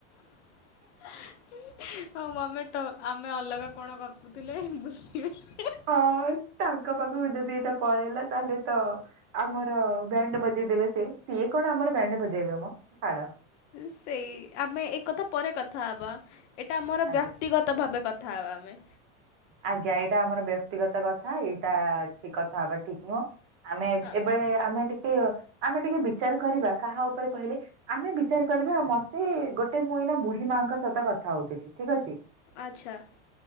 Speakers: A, on the left; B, on the right.
A: <unintelligible> ମମେ ତ ଆମେ ଆମେ ଅଲଗା କଣ କରପୁଥିଲେ ବୁଲିଚାଲି।
B: ହଁ ତାଙ୍କ ପାଖକୁ ଯଦି ଏଇଟା ପଳେଇଲା ତାହେଲେ ତ ଆମର ବ୍ୟାଣ୍ଡ ବଜେଇଦେବେ ସେ ସିଏ କଣ ଆମର ବ୍ୟାଣ୍ଡ ବଜେଇବେ ମ ସଡ।
A: ସେଇ ଆମେ ଏକଥା ପରେ କଥା ହବା ଏଟା ଆମର
B: ଆଜ୍ଞା
A: ବ୍ୟକ୍ତିଗତ ଭାବେ କ ଥା ଆମେ
B: ଆଜ୍ଞା ଏଇଟା ଆମର ବ୍ୟକ୍ତିଗତ କଥା ଏଇଟା କଥା ହବା ଠିକ୍‌ ନୁହଁ। ଆମେ
A: ହଁ
B: ଏବେ ଆମେ ଟିକେ ଆମେ ଟିକେ ବିଚାର କରିବା କାହା ଉପରେ କହିଲେ? ଆମେ ବିଚାର କରିବା ମତେ ଗୋଟେ ମୁଇନା ବୁଢୀ ମାଙ୍କ ସହିତ କଥା ହଉଥିଲି ଠିକ୍ ଅଛି।
A: ଆଚ୍ଛା।